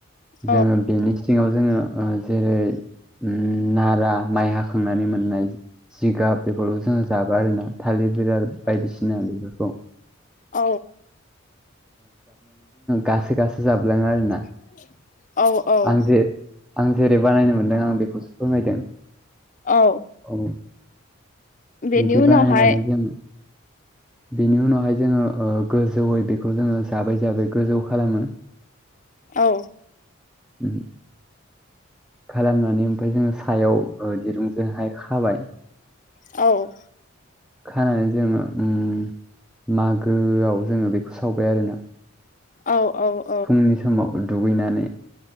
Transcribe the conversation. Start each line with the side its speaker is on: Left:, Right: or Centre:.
Left: औ
Centre: जोङो बेनि सिङाव जोङो ओ जेरै उम नारा माइ हाखांनानै मोननाय जिगाब बेेफोरखौ जोंड़ो जाबो आरो ना <unintelligible> औ जाबनानै जोङो
Left: औ
Centre: गासो गासो जाबलाङो आरोोना
Left: <inaudible> औ
Centre: आं जे आं जेरै बानायनो मोनदों आं बेखौसो फोरमायदों
Left: औ
Centre: औ
Left: बेनि
Centre: बिदि
Left: उनावहाय
Centre: बानायनानै जों बेनि उनावहाय जोङो ओ गोजौयै बेखौ जोङो जाबै जाबै गोजौ खालामो
Left: औ
Centre: <inaudible> खालामनानै ओमफाय जोङो सायाव ओ दिरुंजोंहाय खाबाय
Left: औ
Centre: खानानै जोङो उम मागोआव जोङो बेखौ सावबाय आरोना
Left: औ औ
Centre: फुंनि समाव दुगैनानै